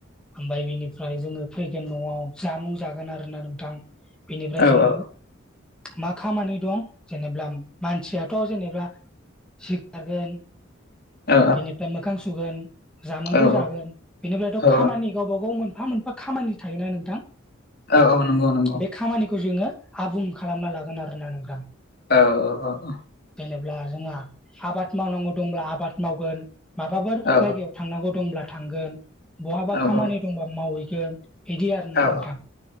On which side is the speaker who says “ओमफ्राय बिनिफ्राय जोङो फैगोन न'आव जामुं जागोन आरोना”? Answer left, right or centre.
Centre